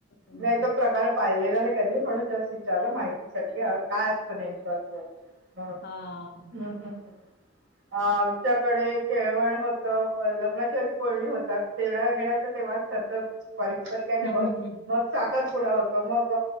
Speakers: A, on the left; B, on the right.
A: हं.
B: नाही तर प्रकार पाहिलेला नाही कधी म्हणून जास्त विचारलं माहितीसाठी काय असतं नेमकं असं ह हम्
A: हां.
B: हम् ह् आमच्याकडे केळवण होत लग्नाची आधी बोलणी होतात तेवढ घेण्याचा तेव्हा सन सुपारी पार काही नाही
A: हं,
B: होत
A: हं, हं.
B: साखरपुडा होतो मग